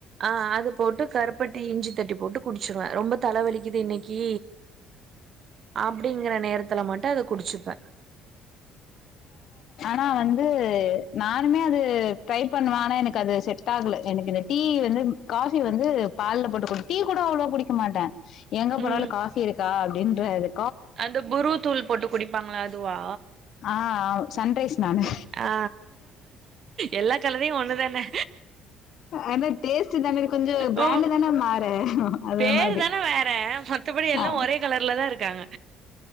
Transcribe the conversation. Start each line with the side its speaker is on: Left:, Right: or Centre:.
Right: ஆ அது போட்டு கருப்பட்டி இஞ்சி தட்டி போட்டு குடிச்சிருவே. ரொம்ப தல வலிக்குது இன்னைக்கி அப்டிங்கற நேரத்துல மட்டு அத குடிச்சுப்பே
Left: நா வந்து நானுமே அது ட்ரை பண்ணுவ ஆனா எனக்கு அது செட் ஆகல எனக்கு இது டீ வந்து காஃபி வந்து பால்ல போட்டு குடி டீ கூட அவ்ளோ குடிக்க மாட்டே எங்க போனாலு
Right: ம்
Left: காஃபி இருக்கா அ ப்டின்றாரு
Right: அந்த புரூ தூள் போட்டு குடிப்பாங்கல்ல அதுவா?
Left: ஆ அ சன்ரைஸ் நானு.
Right: ஆ எல்லா கழுதையு ஒண்ணுதான
Left: ஆனா டேஸ்ட்டுதான கொஞ்ச பிராண்டுதான
Right: ஓ
Left: மாறு அது
Right: பேரு
Left: மாதிரி
Right: தான வேற மத்தபடி எல்லா
Left: ஆ
Right: ஒரே கலர்ல தா இருக்காங்க